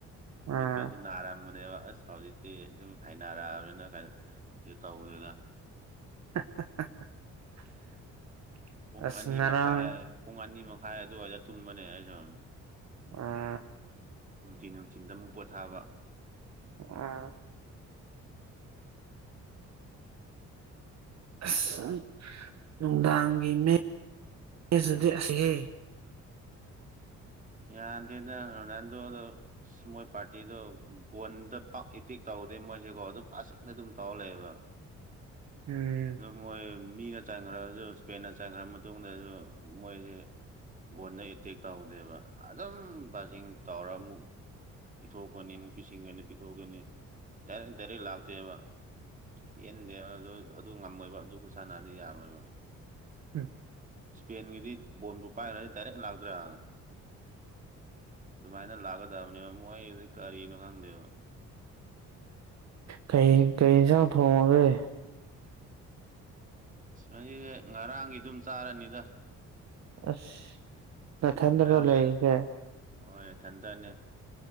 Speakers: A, on the right; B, on the right.
A: ꯎꯝ
B: ꯃꯤꯠꯀꯁꯦ ꯅꯥꯔꯝꯕꯅꯦꯕ ꯑꯁ ꯍꯧꯖꯤꯛꯇꯤ ꯗꯨꯝ ꯍꯧꯅꯔꯛꯑꯕꯅꯤꯅ ꯀꯩꯁꯨ ꯇꯧꯗꯦꯗ
A: <unintelligible>
B: ꯄꯨꯡ
A: ꯑꯁ
B: ꯑꯅꯤ
A: ꯉꯔꯥꯡ
B: ꯃꯈꯥꯏ ꯄꯨꯡ ꯑꯅꯤ ꯃꯈꯥꯏ ꯑꯗꯨꯋꯥꯏꯗ ꯇꯨꯝꯕꯅꯦ ꯑꯩꯁꯨ
A: ꯑ
B: ꯅꯨꯡꯊꯤꯟ ꯅꯨꯡꯊꯤꯟꯗ ꯑꯃꯨꯛ ꯄꯣꯊꯥꯕ
A: ꯑꯣ ꯑꯁ ꯅꯨꯡꯗꯥꯡꯒꯤ ꯃꯤꯠ <unintelligible>
B: ꯌꯥꯗꯦꯗ ꯔꯣꯅꯥꯟꯗꯣꯗꯣ ꯑꯁ ꯃꯣꯏ ꯄꯥꯔꯇꯤꯗꯣ ꯕꯣꯟꯗ ꯄꯥꯛ ꯏꯇꯤꯛ ꯇꯧꯗꯦ ꯃꯣꯏꯁꯦꯀꯣ ꯑꯗꯨꯝ ꯄꯥꯁꯤꯡꯗ ꯑꯗꯨꯝ ꯇꯧꯔ ꯂꯩꯑꯦꯕ <unintelligible>
A: ꯎꯝ
B: ꯃꯣꯏ ꯃꯤꯅ ꯆꯟꯈ꯭ꯔꯁꯨ ꯏꯁꯄꯦꯟꯅ ꯆꯪꯈ꯭ꯔ ꯃꯇꯨꯡꯗꯁꯨ ꯃꯣꯏꯁꯤ ꯒꯣꯟꯗ ꯑꯦꯇꯦꯛ ꯇꯧꯗꯦꯕ ꯑꯗꯨꯝ ꯃꯁꯤꯡ ꯇꯧꯔ ꯑꯃꯨꯛ ꯄꯤꯊꯣꯛꯀꯅꯤ ꯑꯃꯨꯛ ꯄꯤꯁꯤꯟꯒꯅꯤ ꯄꯤꯊꯣꯛꯀꯣꯅꯤ ꯗꯥꯏꯔꯦꯛ ꯗꯥꯏꯔꯦꯛ ꯂꯥꯛꯇꯦꯕ ꯄꯦꯟꯗꯦꯕ ꯑꯗꯨ ꯑꯗꯨ ꯉꯝꯃꯣꯏꯕ ꯑꯗꯨ ꯈꯨꯁꯥꯟꯅꯗꯤ ꯌꯥꯔꯣꯏꯕ
A: ꯍꯝ
B: ꯏꯁꯄꯦꯟꯒꯤꯗꯤ ꯕꯣꯟꯜꯕꯨ ꯄꯥꯏꯒ꯭ꯔꯗꯤ ꯗꯥꯏꯔꯦꯛ ꯂꯥꯛꯇ꯭ꯔꯥ ꯑꯗꯨꯃꯥꯏꯅ ꯂꯥꯛꯀꯗꯕꯅꯦꯕ ꯃꯣꯏꯖꯤ ꯀꯔꯤꯅꯣ ꯈꯪꯗꯦꯕ
A: ꯀꯩ ꯀꯩꯑꯦꯟꯖꯥꯡ ꯊꯣꯡꯉꯒꯦ
B: ꯑꯩꯁꯦꯉꯔꯥꯡꯒꯤ ꯑꯗꯨꯝ ꯆꯥꯔꯅꯤꯗ
A: ꯑꯁ ꯅꯊꯟꯗꯔꯣ
B: ꯉꯔꯥꯡ
A: ꯂꯩꯔꯤꯁꯦ
B: ꯌꯦꯟ ꯍꯣꯏ ꯊꯟꯇꯅꯦ